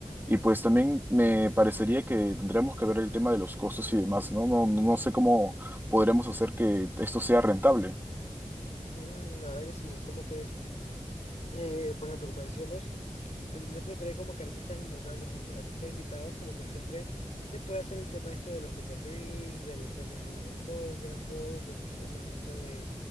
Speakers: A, on the right (about 15°); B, on the left (about 65°).
A: Y pues también me parecería que tendríamos que ver el tema de los costos y demás, ¿no? No, no no sé cómo podríamos hacer que esto sea rentable.
B: Ujú, La verdad que sí, es como que eh, por ejemplo, como decíamos, al momento de traer como que artistas importantes, gente- artistas invitados, como que siempre se puede hacer el tema este de los meet and greets, de los temas de los autógrafos, de los temas estos de